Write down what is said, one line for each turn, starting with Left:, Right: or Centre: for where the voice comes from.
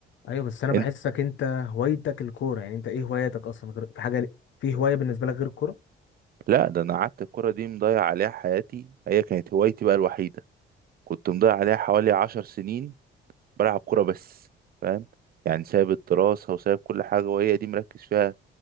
Left: ايوه بس انا بحسك
Right: انت
Left: انت هوايتك الكورة يعني انت ايه هواياتك اصلا غير في حاجة في هواية بالنسبة لك غير الكورة
Right: لا ده انا قعدت الكوره دي مضيع عليها حياتي هي كانت هوايتي بقى الوحيده كنت مضيع عليها حوالي 10 سنين بلعب كوره بس فاهم يعني سايب الدراسه وسايب كل حاجه وهي دي مركز فيها